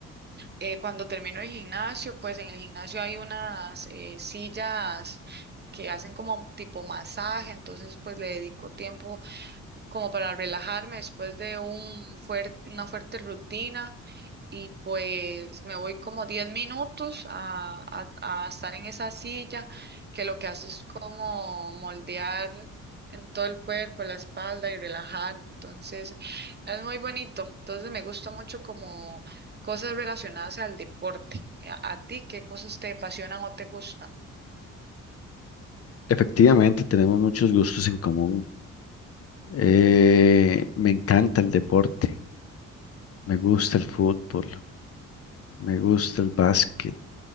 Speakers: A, on the right (about 30°); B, on the left (about 45°).
A: Eh, cuando termino el gimnasio, pues en el gimnasio hay unas eh, sillas que hacen como tipo masaje, entonces pues le dedico tiempo como para relajarme después de un fuerte, una fuerte rutina y pues me voy como 10 minutos a, a- a estar en esa silla que lo que hace es como moldear en todo el cuerpo, la espalda y relajar. Entonces es muy bonito. Entonces me gusta mucho como cosas relacionadas al deporte. ¿A, a ti qué cosas te apasionan o te gustan?
B: Efectivamente, tenemos muchos gustos en común. Eh, me encanta el deporte, me gusta el fútbol, me gusta el básquet,